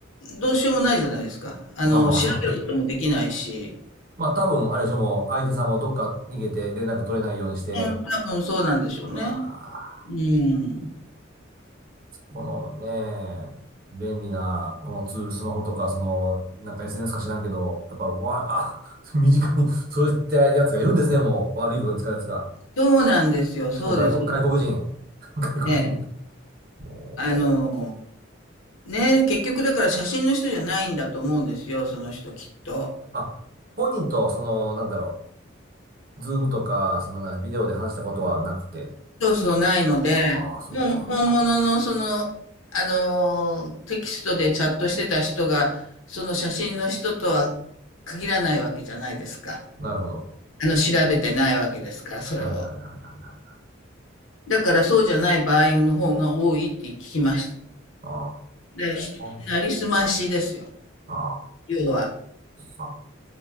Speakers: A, on the left; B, on the right.
A: どうしようもないじゃないですか。あの、
B: まあまあ、
A: 調べることもできないし。
B: そう。<laughs> まあ多分、あれでしょ、もう相手さんもどっか逃げて連絡取れないようにして、
A: うん、多分そうなんでしょうね。
B: うわ
A: うん。
B: ーこのね、便利な、このツール、スマホとか、その、なんか SNS か知らんけど、やっぱ、わ、あ、<laughs> 身近に、そういったやつがいるんですね、もう。悪いことに使うやつが。
A: そうなんですよ。
B: しかも外国、
A: そうですよ
B: 外国人。<laughs> 外国人。
A: ね。
B: もう
A: あのーね、結局だから写真の人じゃないんだと思うんですよ。その人きっと。
B: あ、本人と、その、なんだろう、ズームとか、そのな、ビデオで話したことはなくて。
A: そうそうないので、
B: ああ、そっか。
A: もう本物のその、あのーテキストでチャットしてた人が、その写真の人とは限らないわけじゃないですか。
B: なるほど。
A: あの、調べてないわけですから、それを。
B: はいはいはいはいはい。
A: だからそうじゃない場合の方が多いって聞きました。
B: あ
A: で、
B: あ、
A: なりすましですよ。
B: あ
A: 要は。
B: ーあ。